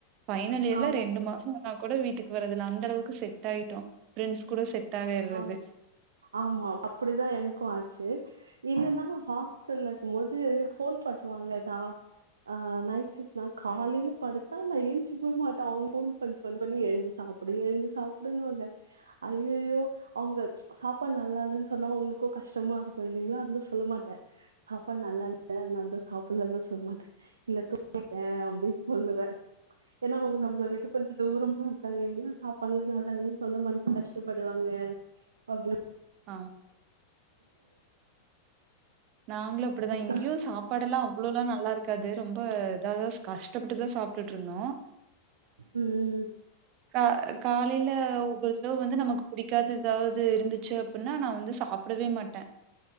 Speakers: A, on the right; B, on the right.
A: பைனல் இயர்ல
B: ஆ
A: ரெண்டு மாசோ ஆனா கூட வீட்டுக்கு வரதுல அந்த அளவுக்கு செட் ஆயிட்டோ பிரண்ட்ஸ் கூட செட் ஆக இருந்தது
B: ஆ ஆமா அப்டிதா எனக்கு ஆச்சு என்னன்னா ஹாஸ்டல்ல இருக்கு போது போன் காட்டுவாங்க தா ஆ நைட் ஷிப்ட் நா காலையில படுத்தா நா எழுச்சுக்கவே மாட்ட அவங்க ஃபோன் பண்ணி ஃபோன் பண்ணி எழுந்து சாப் அப்டி எழுந்து சாப்பிடனுல அய்யயோ அவங்க ச் சாப்பாடு நல்லாலன்னு சொன்னா அவங்களுக்கு கஷ்டமா இருக்கு இல்லைங்கலா அது நாள சொல்ல மாட்டே சாப்பாடு நல்லா இல்ல அதனாலதா சாப்பிடலனு சொல்ல மாட்டே இல்ல தூங்கட்டே அப்டின்னு சொல்லுவே ஏன்னா அவங்க நம்மள விட்டு போய் தூரம்மா இருக்காங்க இல்ல சாப்பாடு நல்லாலன்னு சொன்னா மனசு கஷ்டப்படுவாங்க அப்டின்
A: ஆம் நாங்களும் அப்டிதான்
B: அப்புறம்
A: இங்கயு சாப்பாடெல்லாம் அவ்ளோல்லா நல்லா இருக்காது ரொம்ப எதோ கஷ்டப்பட்டுதான் சாப்ட்டுட்டு இருந்தோம்
B: ம்
A: கர் கா லைல்ல ஒவ்வொரு தடவு வந்து நமக்கு புடிக்காத ஏதாது இருந்துச்சு அப்டின்னா நான் வந்து சாப்டவே மாட்டேன்